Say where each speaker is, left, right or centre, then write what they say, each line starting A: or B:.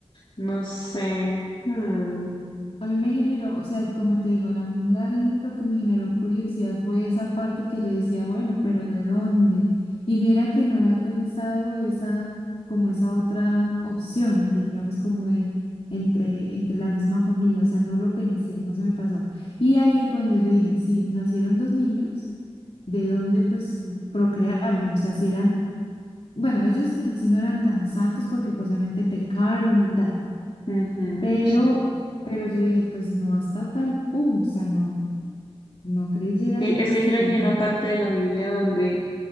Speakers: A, on the left; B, on the left.
A: No sé. hmm,
B: A mí me generó, o sea, como te digo, la, la- lo que me generó curiosidad fue esa parte que yo decía, bueno, pero ¿de dónde? Y mira que no había pensado esa, como esa otra opción, digamos, como de entre, entre la misma familia, o sea, no lo pensé, no se me pasó. Y ahí fue donde yo dije, si nacieron dos niños, ¿de dónde pues procrearon? O sea, si eran, bueno, ellos en sí no eran tan santos porque pues obviamente pecaron y tal
A: ujú,
B: Pero,
A: sí.
B: pero yo dije, pues no hasta tal punto, o sea, no, no creyera
A: Sí,
B: yo
A: es
B: que
A: que
B: hasta
A: creo
B: tal
A: que hay
B: punto.
A: una parte de la Biblia donde